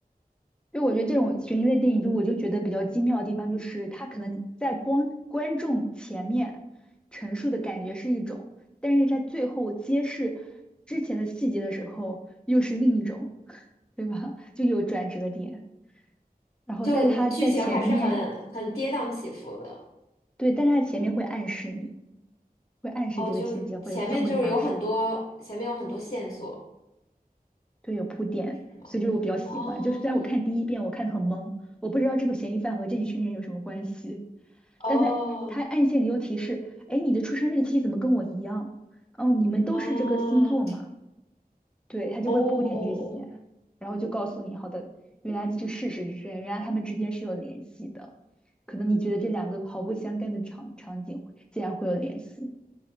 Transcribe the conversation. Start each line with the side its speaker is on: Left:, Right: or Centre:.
Centre: 就我觉得这种悬疑类电影，就我就觉得比较精妙的地方，就是他可能在光观众前面陈述的感觉是一种，但是在最后揭示之前的细节的时候，又是另一种，<laughs> 对吧？就有转折点。
Left: 嗯，
Centre: 然后但是他在前面，
Left: 就剧情还是很很跌宕起伏的。
Centre: 对，但是他前面会暗示你，会暗示这个情节会将会发生，
Left: 哦，就是前面就是有很多，前面有很多线索，
Centre: 对，有铺垫，
Left: 是吗？
Centre: 所以就是我比较喜欢。
Left: 哦
Centre: 就虽然我看第一遍我看的很懵，我不知道这个嫌疑犯和这一群人有什么关系，
Left: 哦
Centre: 但在他暗线里又提示，哎，你的出生日期怎么跟我一样？哦，你们都是这个星座嘛？
Left: 哦
Centre: 对，他就会铺垫这些，
Left: 哦哦哦，
Centre: 然后就告诉你，好的，原来这事实是这样，原来他们之间是有联系的。可能你觉得这两个毫不相干的场场景会竟然会有联系。